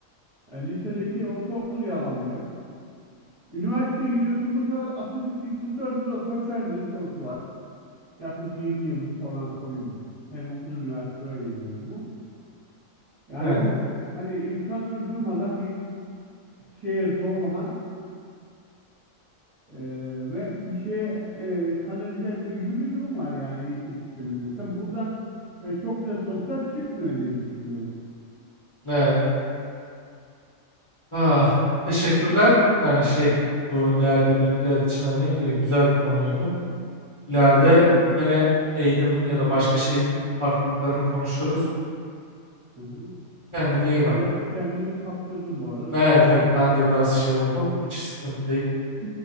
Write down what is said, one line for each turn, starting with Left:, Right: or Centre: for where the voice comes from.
Right: E, lisedeki ortaokul yalanlıyor. Üniversiteye gidiyorsun bu sefer Atatürk diktatör müdür, otoriter midir sorusu var. Yaklaşık 20 yıldır sorulan soruymuş. Benim okuduğum üniversite öyleydi en azından. Yani
Left: Evet.
Right: bu hani insanları durmadan bir şeye zorlama Ee, ve bir şeye e, kanalize etme gibi bir durum var yani eğitim sisteminde. Tabi buradan e, çok güzel sonuçlar çıkmıyor diye düşünüyorum.
Left: Evet. Ah, teşekkürler. Yani şey bu değerli bilgiler için hani e, güzel bir konuydu. İleride
Right: Hiç önemli değil.
Left: yine eğitimin ya da başka şeyin farklılıklarını konuşuruz.
Right: Hı hı.
Left: Kendine iyi bak.
Right: Biraz kendimi kaptırdım bu arada
Left: Evet
Right: kusura
Left: evet
Right: bakma.
Left: ben de biraz şey oldum. Hiç sıkıntı değil. Hı.